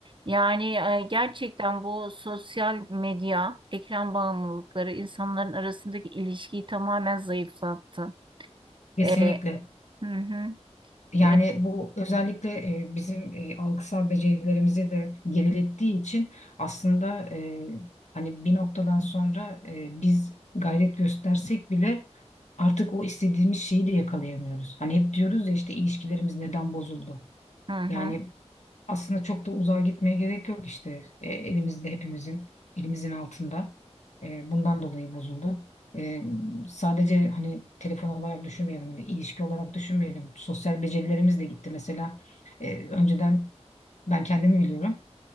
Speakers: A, on the right; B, on the left.
A: Yani e, gerçekten bu sosyal medya, ekran bağımlılıkları insanların arasındaki ilişkiyi tamamen zayıflattı.
B: Kesinlikle.
A: E, hı hı,
B: Yani
A: e,
B: bu özellikle e, bizim e, algısal becerilerimizi de gerilettiği için aslında e, hani bir noktadan sonra e, biz gayret göstersek bile artık o istediğimiz şeyi de yakalayamıyoruz. Hani hep diyoruz ya işte ilişkilerimiz neden bozuldu?
A: hı hı,
B: Yani aslında çok da uzağa gitmeye gerek yok işte E, elimizde hepimizin elimizin altında E, bundan dolayı bozuldu. E, sadece hani telefon olarak düşünmeyelim hani ilişki olarak düşünmeyelim sosyal becerilerimiz de gitti mesela e, önceden ben kendimi biliyorum